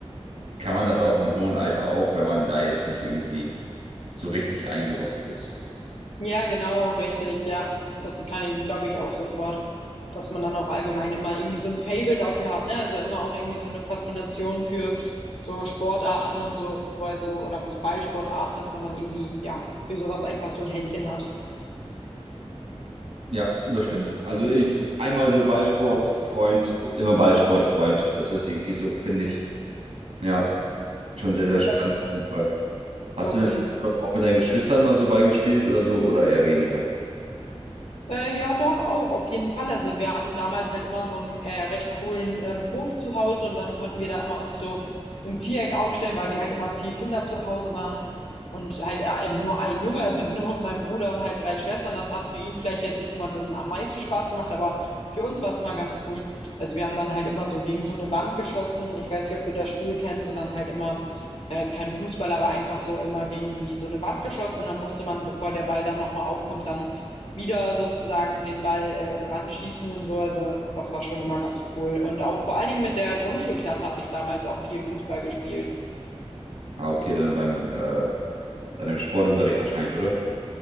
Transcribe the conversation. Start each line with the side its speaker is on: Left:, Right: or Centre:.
Right: kann man das auch im hohen Alter auch, wenn man da jetzt nicht irgendwie so richtig eingerostet ist.
Left: Ja, genau, richtig. Ja, das kann ich, glaube ich, auch sofort, dass man dann auch allgemein immer irgendwie so ein Faible dafür hat, ne? Also immer auch irgendwie so eine Faszination für so Sportarten und so, also oder so Ballsportarten, dass man dann irgendwie, ja, für sowas einfach so ein Händchen hat.
Right: Ja, das stimmt. Also ich, einmal so Ballsportfreund, immer Ballsportfreund. Das ist irgendwie so, finde ich. Ja, schon sehr, sehr
Left: Ja,
Right: spannend. auf
Left: cool.
Right: jeden Fall. Hast
Left: Auf
Right: du denn
Left: jeden
Right: auch mit deinen Geschwistern mal so Ball gespielt oder so oder eher weniger?
Left: Äh, ja, doch, auch, auf jeden Fall. Also wir hatten damals halt immer so einen äh, recht coolen ähm, Hof zu Hause und dann konnten wir da immer uns so im Viereck aufstellen, weil wir halt immer vier Kinder zu Hause waren und halt äh, eben nur ein Junge, also <laughs> nur mein Bruder und halt drei Schwestern. Das hat für ihn vielleicht jetzt nicht immer so am meisten Spaß gemacht, aber für uns war es immer ganz cool. Also wir haben dann halt immer so gegen so eine Wand geschossen. Ich weiß nicht, ob du das Spiel kennst und dann halt immer, es war jetzt kein Fußball, aber einfach so immer gegen die so eine Wand geschossen und dann musste man, bevor der Ball dann nochmal aufkommt, dann wieder sozusagen den Ball äh, ranschießen und so. Also das war schon immer ganz cool. Und auch vor allen Dingen mit der Grundschulklasse habe ich damals auch viel Fußball gespielt.
Right: Ah, okay, dann beim äh, dann im Sportunterricht wahrscheinlich, oder?